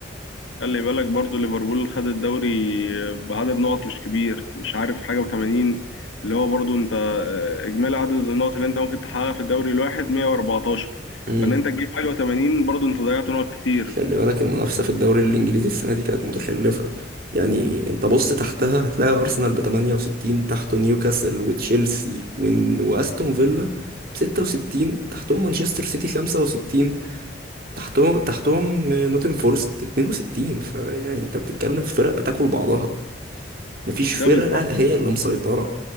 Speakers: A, on the left (about 80°); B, on the right (about 50°).
A: خلي بالك برضو ليفربول خد الدوري آه، بعدد نقط مش كبير مش عارف حاجة و80 اللي هو برضو انت آه، اجمالي عدد النقط اللي انت ممكن تحققها في الدوري الواحد 114
B: امم
A: فان انت تجيب حاجة و80 برضو انت ضيعت نقط كتير
B: خلي بالك المنافسه في الدوري الانجليزي السنه دي كانت متخلفه يعني انت بص تحتها هتلاقي ارسنال ب 68 تحته نيوكاسل وتشيلسي ون- واستون فيلا ب 66 تحتهم مانشستر سيتي 65 تحتهم تحتهم نوتن فورست 62 فيعني انت بتتكلم في فرق بتاكل بعضها مفيش فرقة
A: ده بالظبط
B: هي اللي مسيطرة